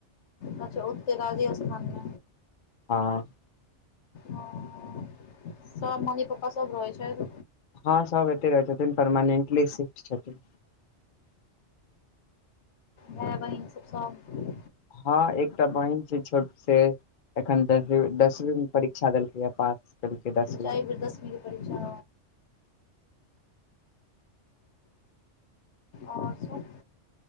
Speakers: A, on the left; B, on the left.
A: अच्छा ओते राजस्थानमे
B: हँ
A: ह सभ मम्मी पप्पा सभ रहै छैथ?
B: हँ, सभ एते रहै छथिन, परमानेंटली सिफ्ट छथिन।
A: भाय बहिन सभ
B: हँ एकटा बहिन छै, छोट छै एखन दसवींमे परीक्षा देलकै है, पास। दसवींमे
A: अच्छा एहि बेर दसमी के परीक्षा आओर सभ